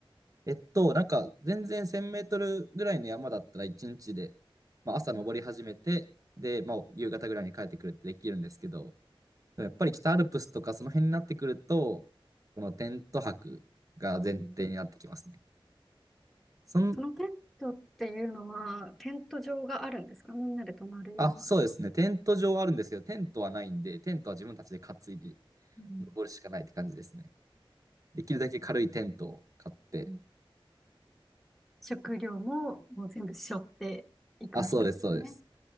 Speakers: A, on the right; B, in the centre.
A: えっと、なんか、全然1000メートルぐらいの山だったら1日で、まあ、朝登り始めて、
B: う
A: で、まあ、夕方ぐらいに帰ってくるってできるんですけど、でもやっぱり北アルプスとかその辺になってくると、このテント泊が前提になってきますね。
B: ん
A: そん、
B: そのテントっていうのは、テント場があるんですかみんなで泊まるような。
A: あ、そうですね。テント場はあるんですけど、テントはないんで、テントは自分たちで担いで
B: うん
A: 登るしかないって感じですね。できるだけ軽いテントを買って、
B: うん食料ももう全部背負っていくわけですよね。
A: あ、そうです、そうです。